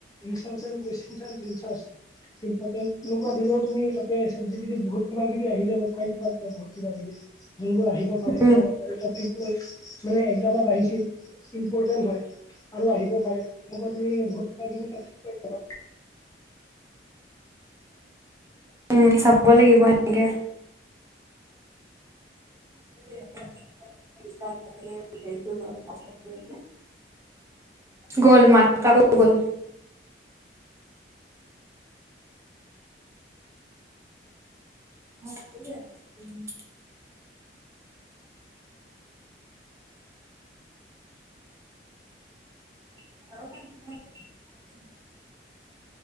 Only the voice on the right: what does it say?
উম,
উম চাব লাগিব সেনেকে। ৰিচাৰ্ছ থাকিলে হেৰি কৰিব পাছপত কৰি পেলাই। গ'ল মাতটো আকৌ গ'ল। <unintelligible> ধাৰণা ত বেছি ক। <unintelligible>